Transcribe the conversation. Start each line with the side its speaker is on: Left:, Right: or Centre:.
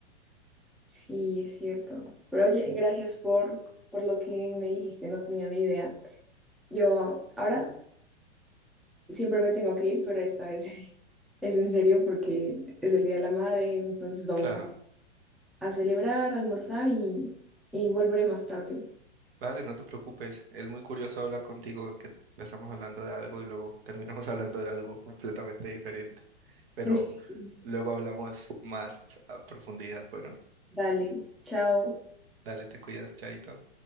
Centre: Sí, es cierto. Pero oye, gracias por, por lo que me dijiste, no tenía ni idea. Yo ahora siempre me tengo que ir, pero esta vez <laughs> es en serio porque es el Día de la Madre, entonces vamos
Right: Claro.
Centre: a, a celebrar, a almorzar y, y volveré más tarde.
Right: Vale, no te preocupes. Es muy curioso hablar contigo, que empezamos hablando de algo y luego terminamos <laughs> hablando de algo completamente diferente. Pero
Centre: <laughs>
Right: luego hablamos más a profundidad. Bueno,
Centre: Dale, chao.
Right: dale, te cuidas, Chaito.